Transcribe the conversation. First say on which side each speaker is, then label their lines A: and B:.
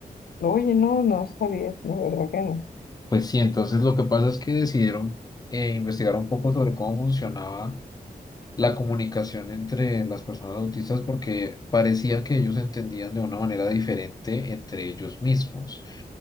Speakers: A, on the left; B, on the left.
A: Oye, no, no sabía, la verdad que no.
B: Pues sí, entonces lo que pasa es que decidieron eh, investigar un poco sobre cómo funcionaba la comunicación entre las personas autistas porque parecía que ellos entendían de una manera diferente entre ellos mismos.